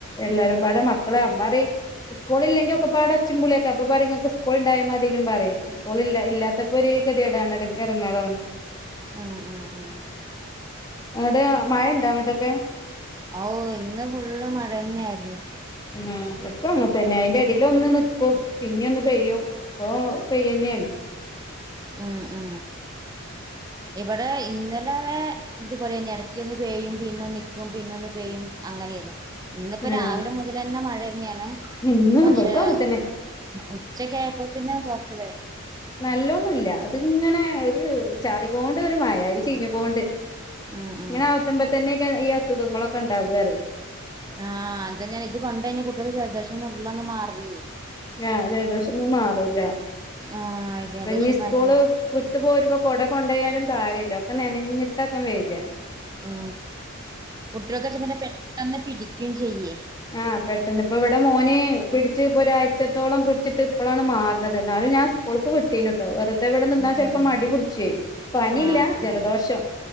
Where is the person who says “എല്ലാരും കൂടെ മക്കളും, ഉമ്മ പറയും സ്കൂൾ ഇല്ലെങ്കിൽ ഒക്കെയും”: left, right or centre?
Left